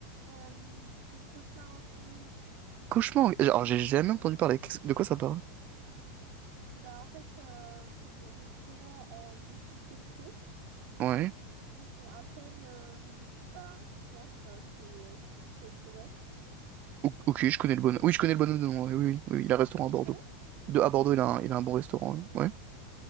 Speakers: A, on the right (about 45°); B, on the right (about 25°).
A: Euh, c'est Cauchemar en cuisine.
B: Cauchemar. Alors j'ai jamais entendu parler. Qu'est-ce- De quoi ça parle?
A: Bah en fait euh, c'est des restaurants en difficulté.
B: Ouais.
A: Ils font appel euh, bah, à un chef euh, qui est euh, Philippe Etchebest.
B: O- Ok, je connais le bonhomme. Oui, je connais le bonhomme de nom. ouais, oui, oui, oui, il a un restaurant
A: Tu
B: à Bordeaux.
A: le connais?
B: De, à
A: Il
B: Bordeaux,
A: est connu.
B: il a un, il a un bon restaurant. Ouais.